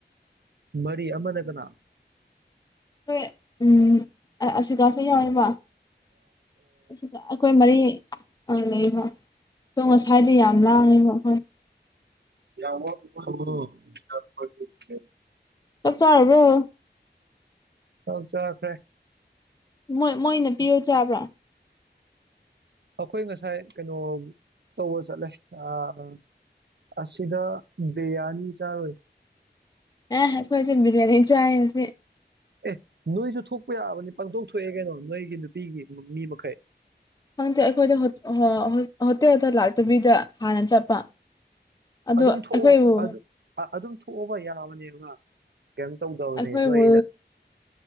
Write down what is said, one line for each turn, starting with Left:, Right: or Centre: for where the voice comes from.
Right: ꯃꯔꯤ ꯑꯃꯅ ꯀꯅꯥ
Left: ꯍꯣꯏ ꯎꯝ ꯑꯁꯤꯒꯥꯁꯨ ꯌꯥꯎꯋꯤꯕ ꯑꯩꯈꯣꯏ ꯃꯔꯤ ꯂꯩꯕ꯭ꯔꯣ ꯑꯗꯣ ꯉꯁꯥꯏꯗꯤ ꯌꯥꯝ ꯂꯥꯡꯉꯤꯕ ꯑꯩꯈꯣꯏ
Right: ꯌꯥ <unintelligible>
Left: ꯆꯥꯛ ꯆꯥꯔꯔꯕꯣ
Right: ꯍ ꯆꯈ꯭ꯔꯦ
Left: ꯃꯣꯏ ꯃꯣꯏꯅ ꯄꯤꯔꯣ ꯆꯥꯕ꯭ꯔꯥ
Right: ꯑꯩꯈꯣꯏ ꯉꯁꯥꯏ ꯀꯩꯅꯣ ꯇꯧꯕ ꯆꯠꯂꯦ ꯑꯥ ꯑꯁꯤꯗ ꯕꯤꯌꯥꯅꯤ ꯆꯥꯔꯣꯏ
Left: ꯑꯦ ꯑꯩꯈꯣꯏꯁꯦ ꯕꯤꯔꯌꯥꯅꯤ ꯆꯥꯏꯌꯦ ꯉꯁꯤ
Right: ꯑꯦ ꯅꯣꯏꯁꯨ ꯊꯣꯛꯄ ꯌꯥꯕꯅꯤ ꯄꯥꯡꯊꯣꯛ ꯊꯣꯛꯑꯦ ꯀꯩꯅꯣ ꯅꯣꯏꯒꯤ ꯅꯨꯄꯤꯒꯤ ꯃꯤ ꯃꯈꯩ
Left: ꯈꯪꯗꯦ ꯑꯩꯈꯣꯏꯗ ꯍꯣꯇꯦꯜꯗ ꯂꯥꯛꯇꯕꯤꯗ ꯍꯥꯟꯅ ꯆꯠꯄ ꯑꯗꯨ
Right: ꯑꯗꯨꯝ ꯊꯣꯛꯑꯣ
Left: ꯑꯩꯈꯣꯏꯕꯨ
Right: ꯑꯗꯨ ꯑ ꯑꯗꯨꯝ ꯊꯣꯛꯑꯕ ꯌꯥꯕꯅꯦꯕ ꯀꯩꯅꯣꯝ ꯇꯧꯗꯕꯅꯦ
Left: ꯑꯩꯈꯣꯏꯕꯨ
Right: ꯅꯣꯏ ꯑꯩꯅ